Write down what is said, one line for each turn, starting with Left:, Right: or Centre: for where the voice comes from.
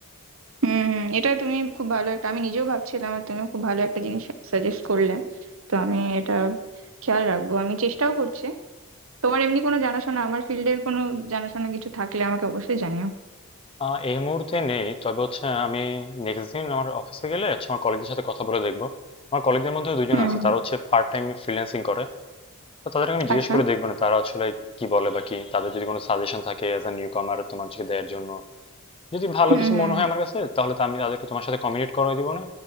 Right: হুম হুম এটা তুমি খুব ভালো একটা আমি নিজেও ভাবছিলাম আর তুমি খুব ভালো একটা জিনিস সাজেস্ট করলে তো আমি এটা খেয়াল রাখবো আমি চেষ্টাও করছি তোমার এমনি কোনো জানাশোনা আমার ফিল্ডের কোনো জানাশোনা কিছু থাকলে আমাকে অবশ্যই জানিও
Left: আহ, এই মুহূর্তে নেই তবে হচ্ছে আমি নেক্সট দিন আমার অফিসে গেলে হচ্ছে আমার কলিগদের সাথে কথা বলে দেখবো আমার কলিগদের মধ্যে দুজন
Right: হুম
Left: আছে তারা হচ্ছে পার্ট টাইম ফ্রিল্যান্সিং করে তো তাদেরকে আমি জিজ্ঞেস
Right: আচ্ছা
Left: করে দেখবো না তারা আসলে কি বলে বা কি তাদের যদি কোনো সাজেশন থাকে অ্যাজ এ নিউ কামার তোমার দিকে দেওয়ার জন্য যদি ভালো
Right: হুম
Left: কিছু
Right: হুম
Left: মনে হয়
Right: হুম,
Left: আমার কাছে তাহলে তো আমি তাদেরকে তোমার সাথে কমিউনিকেট করে দিব না